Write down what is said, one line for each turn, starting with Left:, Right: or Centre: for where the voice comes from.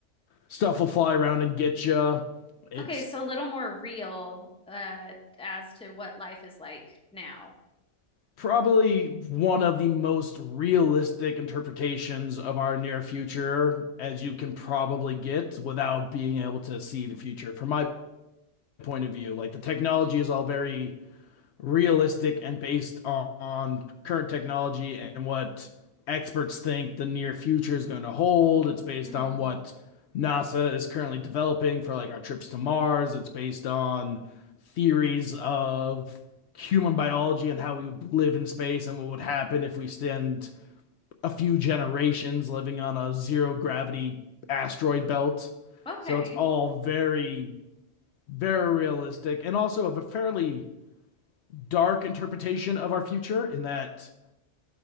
Left: stuff will fly around and get you. It's
Centre: Okay, so a little more real uh as to what life is like now.
Left: probably one of the most realistic interpretations of our near future as you can probably get without being able to see the future. From my point of view, like the technology is all very realistic and based on, on current technology and what experts think the near future is going to hold. It's based
Centre: Mm-hmm.
Left: on what NASA is currently developing for like our trips to Mars. It's based on theories of human biology and how we would live in space and what would happen if we spend a few generations living on a zero gravity asteroid belt.
Centre: Okay.
Left: So it's all very, very realistic and also of a fairly dark interpretation of our future in that